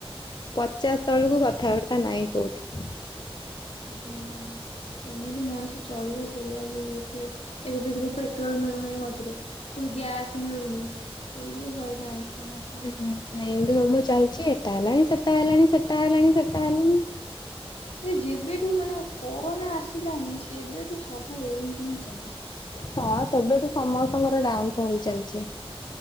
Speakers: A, on the left; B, on the left.
A: ପଚାଶ ତଳକୁ କଥାବାର୍ତ୍ତା ନାହିଁ କୋଉଠି।
B: ଗୋଟେ ମିନିଟ କେମିତି ମଣିଷ ଚଳିବ ସେଇଆ ବି ଏବେ, ଏବେ ଦେଖ ପେଟ୍ରୋଲ ମିଳୁନି ମଝିରେ। ପୁଣ ଗ୍ୟାସ ମିଳୁନି, ଏବେ ଯୋଉ ହଇରାଣ। କହନା କହନା।
A: ହୁଁ ନାଇଁ ଏମତି ସବୁ ଚାଲିଛି, ଏଟା ହେଲାଣି ସେଟା ହେଲାଣି ସେଟା ହେଲାଣି ସେଟା ହେଲାଣି।
B: ଆରେ ଯେବେଠୁ ମାନେ କରୋନା ଆସିଲାଣି ସେବେଠୁ ସବୁ ଏମିତି ହିଁ ଚାଲିଛି।
A: ହଁ ସେବେଠୁ ସମସ୍ତଙ୍କର ଡାଉନ ଫଲ ଚାଲିଛି।